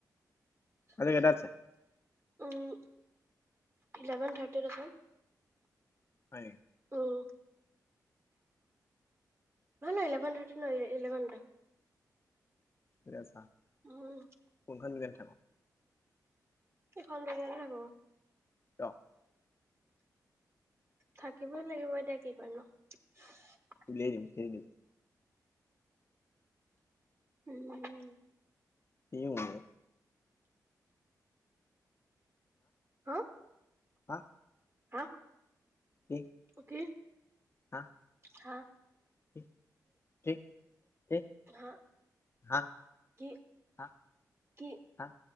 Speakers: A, on the right (about 30°); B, on the left (about 35°).
A: <unintelligible>
B: আজি কেইটাত আছে?
A: উম, ইলেভেন থাৰ্টিত আছে।
B: হয় নি
A: উম, নহয়- নহয় ইলেভেন থাৰ্টিত নহয় ইলেভেনতে।
B: <unintelligible>
A: উম।
B: কোনখন দোকান থাকক
A: এইখন <unintelligible> থাকোঁ।
B: ন।
A: থাকিবই লাগিব, এতিয়া কি কৰিম আও।
B: <unintelligible>
A: <unintelligible> উম্।
B: <unintelligible>
A: হা?
B: হা
A: হা
B: কি
A: কি?
B: হা?
A: হা?
B: <unintelligible> কি কি
A: হা
B: হা
A: কি
B: হা।
A: কি?
B: হা